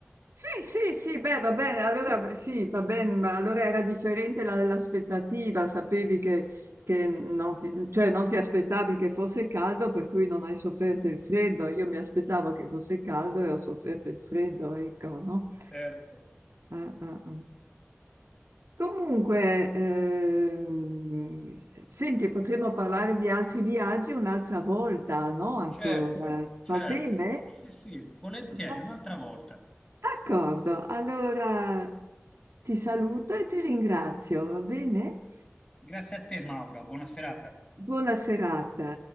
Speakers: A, on the right; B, on the left.
A: sì, sì, sì, beh, va bene, allora beh, sì, va bene, ma allora era differente la- l'aspettativa, sapevi che, che non ti, cioè non ti aspettavi che fosse caldo, per cui non hai sofferto il freddo. Io mi aspettavo che fosse caldo e ho sofferto il freddo, ecco, no?
B: Certo,
A: Ah, ah, ah. Comunque, ehm, senti, potremmo parlare di altri viaggi un'altra volta, no? Ancora.
B: certo, certo.
A: Va bene?
B: Sì, sì, volentieri,
A: Da-
B: un'altra volta.
A: D'accordo. Allora ti saluto e ti ringrazio, va bene?
B: Grazie a te, Maura, buona serata.
A: Buona serata.